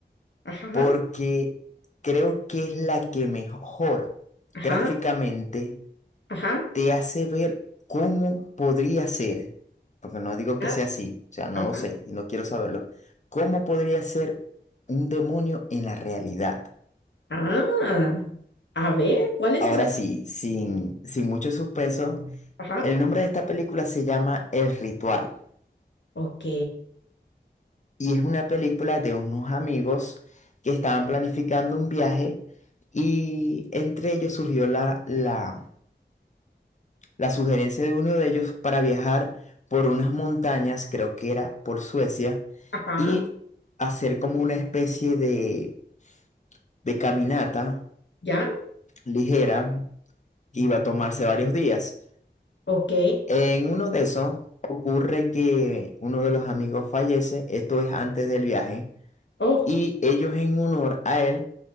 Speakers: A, on the left; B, on the left.
A: ajá,
B: porque creo que es la que mejor
A: ajá,
B: gráficamente
A: ajá,
B: te hace ver cómo podría ser, porque no digo que
A: ah,
B: sea así, o sea, no
A: ajá.
B: lo sé y no quiero saberlo, cómo podría ser un demonio en la realidad.
A: Ah, a ver, ¿cuál es
B: Ahora
A: esa?
B: sí, sin, sin mucho suspenso,
A: Ajá,
B: el nombre de esta película se llama El Ritual
A: ok,
B: y es una película de unos amigos que estaban planificando un viaje y entre ellos surgió la, la La sugerencia de uno de ellos para viajar por unas montañas, creo que era por Suecia,
A: ajá,
B: y hacer como una especie de, de caminata
A: ya,
B: ligera que iba a tomarse varios días.
A: ok.
B: En uno de esos ocurre que uno de los amigos fallece, esto es antes del viaje,
A: Oh,
B: y ellos en honor a él